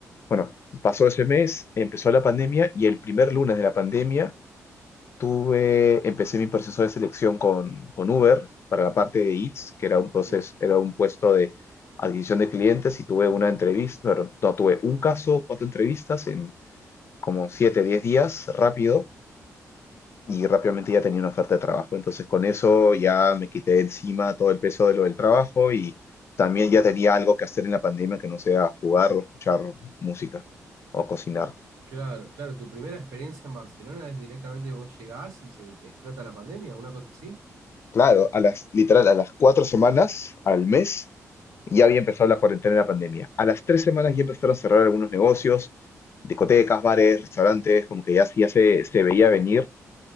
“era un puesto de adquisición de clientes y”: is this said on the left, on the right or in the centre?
Left